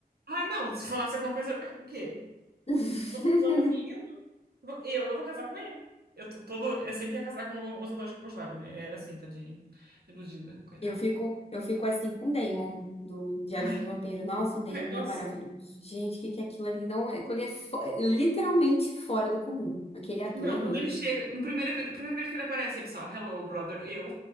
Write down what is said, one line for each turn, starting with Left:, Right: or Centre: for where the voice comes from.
Right: Ai, não, se falasse alguma coisa. O quê?
Left: <laughs>
Right: Não não achasse lindo? Vou- Eu, eu vou casar com ele. Eu, t- todo, eu sempre ia casar com os atores que eu gostava, né? Era assim, tadinha. Iludida, coitada.
Left: Eu fico, eu fico assim com o Damon, do Diário
Right: Ai,
Left: de um Vampiro. Nossa, Damon
Right: ai, nossa.
Left: é maravilhoso. Gente, o que que é aquilo ali? Não, é- aquilo ali é fo- literalmente fora do comum, aquele ator
Right: Não,
Left: ali.
Right: quando ele chega, no primeiro, epi- primeira vez que ele aparece, ele só, hello, brother, eu.